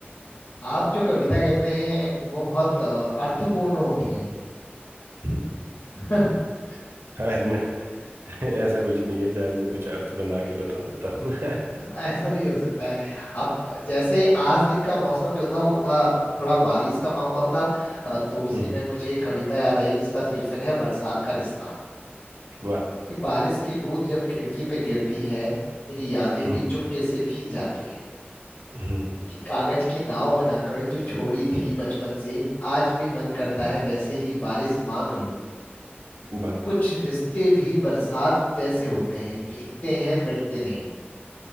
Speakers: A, on the left; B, on the right.
A: आप जो कविता कहते हैं वो बहुत अ, अर्थपूर्ण होती हैं
B: हम्म।
A: <laughs>
B: शायद मैं <laughs> ऐसा कुछ नहीं है शायद मैं कुछ अर्थ बना के बता देता हूँ <laughs>
A: ऐसा भी हो सकता है आप जैसे आज दिन का मौसम जो था वो था थोड़ा बारिश का माहौल था अ, तो उसी
B: हम्म,
A: में मुझे एक कविता याद आई जिसका शीर्षक है बरसात का रिश्ता
B: वाह
A: कि बारिश की बूंद जब खिड़की पे गिरती है तेरी यादें
B: हम्म,
A: भी चुपके से भीग जाती हैं
B: हम्म,
A: कि कागज की नाव बनाकर जो छोड़ी थी बचपन से आज भी मन करता है वैसे ही बारिश मांग लूं
B: वाह
A: कुछ रिश्ते भी बरसात जैसे होते हैं भीगते हैं मिटते नहीं